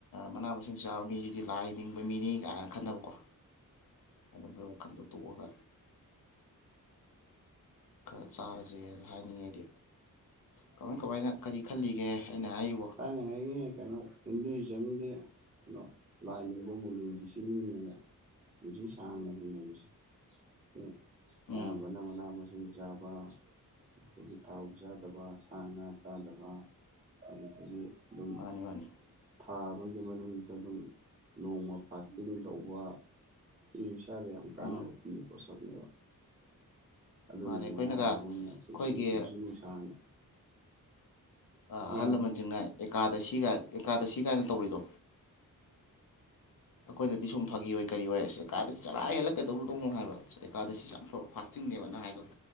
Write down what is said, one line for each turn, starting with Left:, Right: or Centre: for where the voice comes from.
Left: ꯃꯅꯥ ꯃꯁꯤꯡ ꯆꯥꯕ ꯃꯤꯒꯤꯗꯤ ꯂꯥꯏ ꯅꯤꯡꯕ ꯃꯤꯅꯤ ꯀꯥꯏꯅ ꯈꯟꯅꯕꯀꯣ ꯑꯗꯨꯝꯕꯒꯤ ꯋꯥꯈꯜꯗꯣ ꯇꯣꯛꯑꯒ ꯈꯔ ꯆꯥꯔꯁꯦꯅ ꯍꯥꯏꯅꯤꯡꯉꯦ ꯑꯩꯗꯤ ꯀꯃꯥꯏ ꯀꯃꯥꯏꯅ ꯀꯔꯤ ꯈꯜꯂꯤꯒꯦ ꯑꯩꯅ ꯍꯥꯏꯔꯤ
Right: ꯊꯥꯏꯅꯉꯩ ꯉ ꯀꯩꯅꯣ ꯍꯤꯟꯗꯨꯏꯖꯝꯒꯤ ꯀꯩꯅꯣ ꯂꯥꯏꯅꯤꯡꯕ ꯃꯨꯅꯤ ꯔꯤꯁꯤ ꯖꯤꯟꯅꯒ ꯄꯨꯟꯁꯤ ꯁꯥꯥꯡꯅ ꯍꯤꯡꯂꯝꯃꯤꯁꯦ ꯎꯝ ꯑꯌꯥꯝꯕꯅ
Left: ꯎꯝ
Right: ꯃꯅꯥ ꯃꯁꯤꯡ ꯆꯥꯕ ꯑꯗꯒꯤ ꯊꯥꯎ ꯆꯥꯗꯕ ꯁꯥ ꯉꯥ ꯆꯥꯗꯕ ꯑꯗꯨꯗꯒꯤ ꯑꯗꯨꯝ
Left: ꯃꯥꯅꯤ ꯃꯥꯅꯤ
Right: ꯊꯥ ꯑꯃꯒꯤ ꯃꯅꯨꯡꯗ ꯑꯗꯨꯝ ꯅꯣꯡꯃ ꯐꯥꯁꯇꯤꯡ ꯇꯧꯕ ꯁꯤ ꯏꯁꯥꯗ ꯌꯥꯝ ꯀꯅꯥꯕ
Left: ꯎꯝ
Right: ꯄꯤꯕ ꯄꯣꯠꯁꯛꯅꯦꯕ ꯑꯗꯨꯅꯅꯦ
Left: ꯃꯥꯅꯦ ꯑꯩꯈꯣꯏꯅꯒ
Right: ꯑꯌꯥꯝꯕ
Left: ꯑꯩꯈꯣꯏꯒꯤ
Right: ꯃꯣꯏꯅ ꯄꯨꯟ ꯄꯨꯟꯁꯤ ꯅꯨꯡꯁꯥꯡꯅ
Left: ꯑ ꯑꯍꯜ
Right: ꯑꯥ
Left: ꯂꯃꯟꯁꯤꯡꯅ ꯑꯦꯀꯥ ꯗꯁꯤ ꯀꯥꯏ ꯑꯦꯀꯥꯗ ꯁꯤ ꯀꯥꯏꯅ ꯇꯧꯔꯤꯗꯣ ꯑꯩꯈꯣꯏꯗꯗꯤ ꯁꯨꯝ ꯐꯥꯒꯤ ꯑꯣꯏ ꯀꯔꯤ ꯑꯣꯏ ꯑꯁꯦ ꯑꯦꯀꯥꯗ ꯆꯔꯥ ꯍꯦꯜꯂꯛꯀꯩꯗꯔꯨꯗꯧꯅꯣ ꯍꯥꯏꯕ ꯑꯧꯀꯥꯗ ꯁꯤ ꯌꯥꯝ ꯐꯕ ꯐꯥꯁꯇꯤꯡꯅꯦꯕ ꯅꯪ ꯍꯥꯏꯕꯗꯣ